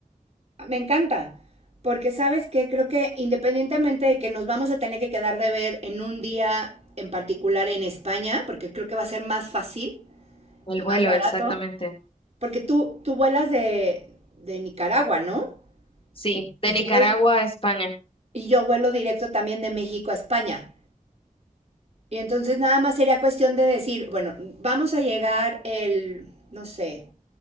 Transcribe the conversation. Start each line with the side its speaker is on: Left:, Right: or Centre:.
Right: me encanta, porque sabes que creo que independientemente de que nos vamos a tener que quedar de ver en un día en particular en España, porque creo que va a ser más fácil
Left: El
Right: y
Left: vuelo,
Right: más barato,
Left: exactamente.
Right: porque tú, tú vuelas de, de Nicaragua, ¿no?
Left: Sí,
Right: Y
Left: de Nicaragua
Right: yo voy,
Left: a España.
Right: y yo vuelo directo también de México a España. Y entonces nada más sería cuestión de decir, bueno, vamos a llegar el, no sé,